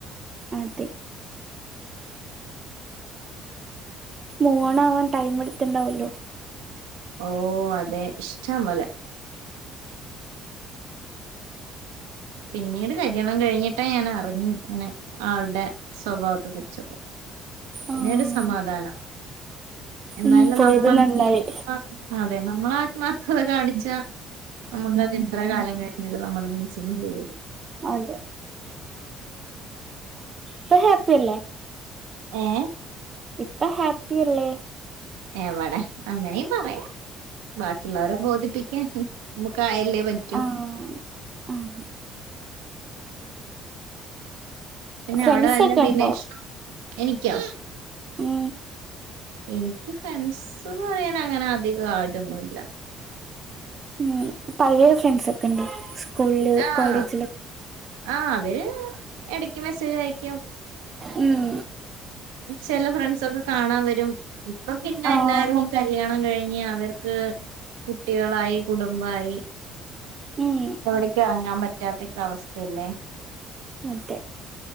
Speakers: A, on the right; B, on the right.
A: അതെ മൂവോൺ ആവാൻ ടൈം എടുത്ത്ണ്ടാവൊല്ലോ
B: ഓ അതെ ഇഷ്റ്റം പോലെ പിന്നീട് കല്യാണം കഴിഞ്ഞിട്ടാ ഞാൻ അറിഞ്ഞു ഇങ്ങനെ ആൾടെ സ്വഭാവത്തെ കുറിച്ചൊക്കെ പിന്നെരു
A: ആഹ്
B: സമാധാനം എന്നാലും
A: ഉം പോയത്
B: നമ്മൾക്കി
A: നന്നായി
B: <unintelligible> അതെ നമ്മൾ ആത്മാർത്ഥത കാണിച്ച നമുക്കത് എത്ര കാലം കഴിഞ്ഞത് നമ്മുടെ മനസ്സിന് പോവു <unintelligible>
A: അതെ ഇപ്പ ഹാപ്പി അല്ലെ
B: ഏഹ്
A: ഇപ്പ ഹാപ്പിയല്ലേ
B: എവടെ അങ്ങനേം പറയാം ബാക്കിയുള്ളവരെ ബോധിപ്പിക്കാൻ നമുക്കായല്ലേ പറ്റൂ
A: ആഹ് ആഹ്
B: പിന്നെ
A: ഫ്രണ്ട്സ്
B: അവടെ വല്ല
A: ഒക്കെ
B: റിലേഷനും
A: ഉണ്ടോ
B: എനിക്കൊ
A: ഉം
B: എനിക്ക് ഫ്രണ്ട്സ്ന്ന് പറയാൻ അങ്ങനെ അധികം ആരും ഒന്നുല്ല
A: ഉം പഴേ ഫ്രണ്ട്സൊക്കെണ്ടോ സ്കൂളില്
B: ആഹ്
A: കോളേജിലെക്കെ
B: ആഹ് അവര് എടക്ക് മെസ്സേജ് അയക്കും
A: ഉം
B: ചെല ഫ്രണ്ട്സ് സൊക്കെ കാണാൻ വരും ഇപ്പൊ പിന്നെ
A: ആഹ്
B: എല്ലാരും കല്യാണം കഴിഞ്ഞ് അവർക്ക് കുട്ടികളായി കുടുംബയി
A: ഉം
B: എവിടേക്കും എറങ്ങാൻ പറ്റ് റ്റാത്തക്കെ അവസ്ഥയല്ലേ
A: അതെ